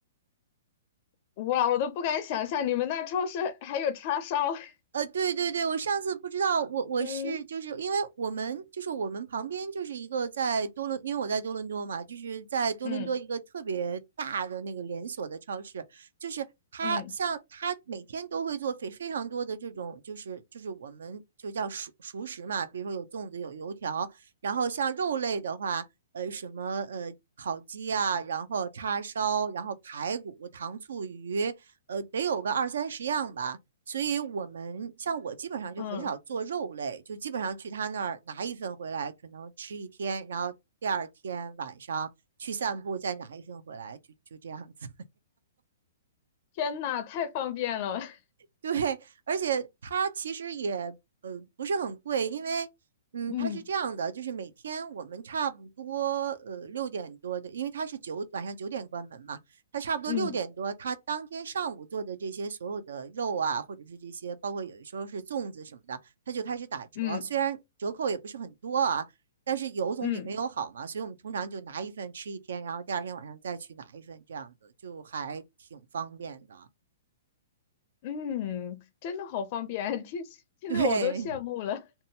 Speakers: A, on the left; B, on the right.
A: 哇，我都不敢想象你们那超市还有叉烧。<laughs>
B: 呃，对对对，我上次不知道，我我是就是因为我们就是我们旁边就是一个在多伦，
A: 嗯
B: 因为我在多伦多嘛，就是在多伦多一个特别大的那个连锁的超市，
A: 嗯
B: 就是它像它每天都会做非非常多的这种就是就是我们就叫熟熟食嘛，
A: 嗯
B: 比如说有粽子有油条，然后像肉类的话，呃什么呃烤鸡啊，然后叉烧，然后排骨、糖醋鱼，呃得有个二三十样吧。所以我们像我基本上就很少做肉类，
A: 嗯，
B: 就基本上去他那儿拿一份回来，可能吃一天，然后第二天晚上去散步，再拿一份回来，就就这样子。
A: 天呐，太方便了。<laughs>
B: 对，而且它其实也呃不是很贵，因为嗯它是这样的，
A: 嗯
B: 就是每天我们差不多呃六点多的，因为它是九晚上九点关门嘛，它差不多六点多，
A: 嗯
B: 它当天上午做的这些所有的肉啊，或者是这些包括有的时候是粽子什么的，它就开始打折，
A: 嗯
B: 虽然折扣也不是很多啊，但是有总比没有好嘛，
A: 嗯
B: 所以我们通常就拿一份吃一天，然后第二天晚上再去拿一份，这样子就还挺方便的，
A: 嗯，真的好方便，听听得我都羡慕了。
B: <laughs> 对。